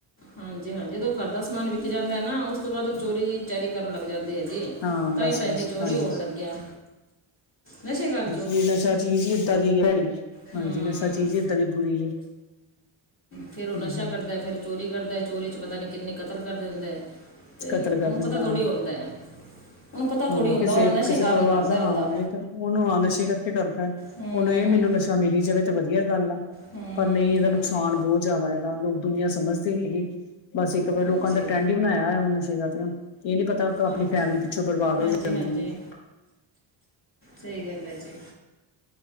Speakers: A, on the left; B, on the left.
A: ਹਾਂਜੀ ਹਾਂਜੀ ਜਦੋਂ ਘਰ ਦਾ ਸਮਾਨ ਵਿਕ ਜਾਂਦਾ ਹੈ ਨਾ ਉਸ ਤੋਂ ਬਾਅਦ ਉਹ ਚੋਰੀ ਚੈਰੀ ਕਰਨ ਲੱਗ ਜਾਂਦੇ ਹੈ ਜੀ
B: ਹਾਂ
A: ਤਾਂ
B: ਬਸ
A: ਹੀ ਤਾਂ ਇਨਨੀ
B: ਬਸ
A: ਚੋਰੀ
B: ਹਾਂਜੀ
A: ਹੋਣ ਲੱਗਿਆ ਨਸ਼ੇ ਕਰ
B: ਵੀ ਨਸ਼ਾ ਚੀਜ਼ ਏਦਾਂ ਦੀੜ
A: ਹਮ,
B: ਹਾਂਜੀ ਨਸ਼ਾ ਚੀਜ਼ ਏਦਾਂ ਦੀ ਬੁਰੀ ਹੈ
A: ਫਿਰ ਉਹ
B: ਹਮ
A: ਨਸ਼ਾ ਕਰਦਾ ਫਿਰ ਚੋਰੀ ਕਰਦਾ ਚੋਰੀ 'ਚ ਪਤਾ ਨਹੀਂ ਕਿੰਨੀ ਕਤਲ ਕਰ ਦਿੰਦਾ ਤੇ
B: ਕਤਲ ਕਪਦਾ
A: ਉਹਨੂੰ ਪਤਾ ਥੋੜੀ
B: ਆ
A: ਹੁੰਦਾ ਹੈ ਉਹਨੂੰ ਪਤਾ ਥੋੜ੍ਹੀ
B: ਹਾਂ
A: ਹੁੰਦਾ
B: ਕਿਸੇ
A: ਉਹਨੂੰ ਨਸ਼ੇ
B: ਕਿਸੇ
A: ਕਾਰਨ
B: ਪਰਿਵਾਰ
A: ਕਰਦਾ
B: ਦਾ ਹਾਂ
A: ਉਹਦਾ
B: ਇਹ ਤਾਂ ਉਹਨੂੰ ਹਾਂ ਨਸ਼ੇ ਕਰਕੇ ਕਰਦਾ
A: ਹੂੰ
B: ਉਹਨੂੰ ਇਹ ਮੈਨੂੰ ਨਸ਼ਾ ਮਿਲੀ ਜਾਵੇ ਤਾਂ ਵਧੀਆ ਗੱਲ ਆ
A: ਹੂੰ
B: ਪਰ ਨਹੀਂ ਇਹਦਾ
A: ਹਾਂਜੀ
B: ਨੂੰ ਨੁਕਸਾਨ ਬਹੁਤ ਜ਼ਿਆਦਾ ਇਹਦਾ ਲੋਕ ਦੁਨੀਆਂ ਸਮਝਦੇ ਨੀ ਗ ਬਸ ਇੱਕ ਵਾਰ
A: ਹਾਂਜੀ
B: ਲੋਕਾਂ ਦਾ ਟਰੈਂਡ ਬਣਾਇਆ ਹੋਇਆ ਹ ਨਸ਼ੇ ਦਾ ਤੇ ਇਹ ਨੀ ਪਤਾ ਆਪਣੀ
A: ਹਾਂਜੀ
B: ਫੈਮਿਲੀ ਪਿੱਛੋਂ ਬਰਬਾਦ
A: ਹਾਂਜੀ
B: ਹੋ ਜਾਂਦੀ
A: ਹਾਂਜੀ
B: ਹੈ
A: ਸਹੀ ਗੱਲ ਹੈ ਜੀ